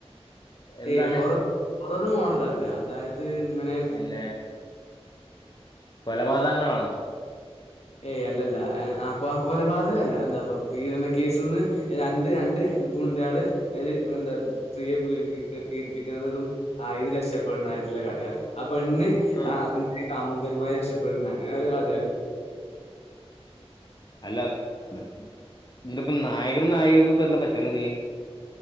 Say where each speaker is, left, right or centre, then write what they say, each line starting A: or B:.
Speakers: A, on the left; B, on the left.
A: എന്താണ്
B: ഏയ് ഹൊറ ഹൊററ് മോഡലല്ല അതായത് ഇങ്ങനെ
A: പിന്നെ കൊലപാതകങ്ങളാണോ
B: ഏയ് അല്ലല്ല ആഹ് അ കൊലപാതകല്ല എന്താപ്പ പീഡന കേസ്ന്ന് രണ്ട് രണ്ട് ഗുണ്ടാള് ഒര് എന്താ സ്ത്രീയെ പീഡിപ്പി പീഡിപ്പിക്കുന്നതും അയിന്ന് രക്ഷപ്പെടുന്നായിട്ടുള്ള കഥെണ് ആ പെണ്ണ്
A: ആ
B: ആഹ് <unintelligible> കാമുകനുമായി രക്ഷപ്പെട്ന്ന് അങ്ങനെ ഓരോ കഥയണ്.
A: അല്ല ന്നട്ടിപ്പം നായകനും നായികക്കും ഇപ്പെന്താ പറ്റണ്ത്